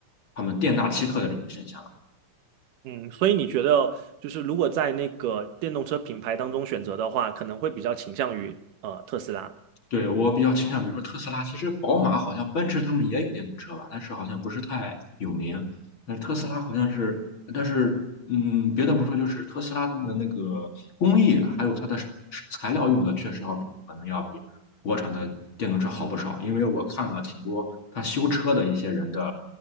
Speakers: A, on the left; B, on the right.
A: 他们店大欺客的这种现象。
B: 嗯，所以你觉得就是如果在那个电动车品牌当中选择的话，可能会比较倾向于呃特斯拉。
A: 对，我比较倾向，比如说特斯拉，其实宝马好像奔驰他们也有电动车吧，但是好像不是太有名。但是特斯拉好像是，但是嗯，别的不说，就是特斯拉的那个工艺，还有它的是材料用的，确实要比可能要比国产的电动车好不少。因为我看了挺多他修车的一些人的